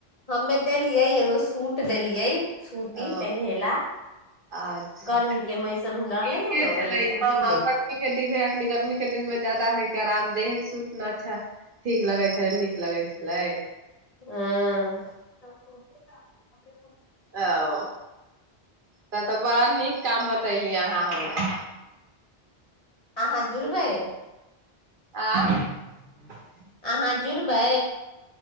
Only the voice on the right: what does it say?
ओ
अच्छा
ठीके
छलै
गर्मी
के दिन हइ अखन गर्मी के दिन मे ज़्यदा हे आरामदेह सुतना अच्छा ठीक लगै छलै नीक लगै छलै
ओ त तऽ बड़ा नीक काम बतैली अहाँ हमरा
आँ